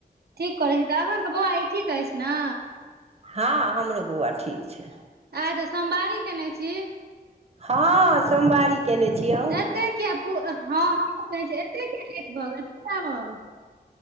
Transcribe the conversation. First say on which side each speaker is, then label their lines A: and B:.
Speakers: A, on the right; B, on the right.
A: ठीक करै छी तऽ अहाँके बौआ ई ठीक ऐछ नै।
B: हाॅं हमरो बौआ ठीक छै
A: आय तऽ सोमवारी केनय छी।
B: हाॅं सोमवारी केने छियौ।
A: एते किया पु हाॅं हम्हुं केने छियै एते किया लेट भऽ गेलो पुजा में?